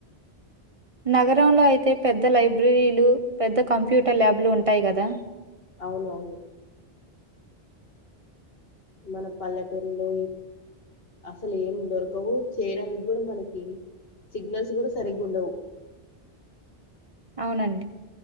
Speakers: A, on the right; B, on the left.
A: నగరంలో అయితే పెద్ద లైబ్రరీలు పెద్ద కంప్యూటర్ ల్యాబ్ లు ఉంటాయి కదా
B: అవును అవును మన పల్లెటూరులో ఇ అసల్ ఏం దొరకవు చేయడానికి కూడా మనకి సిగ్నల్స్ కూడా సరిగ్గా ఉండవు
A: అవునండి.